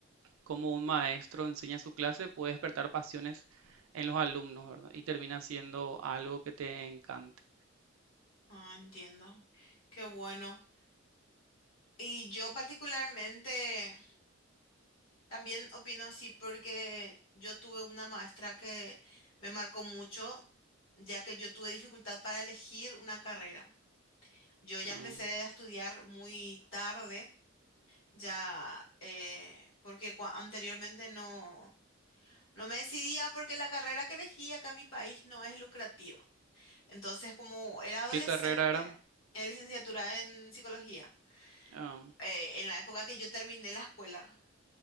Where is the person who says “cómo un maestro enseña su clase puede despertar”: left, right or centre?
Right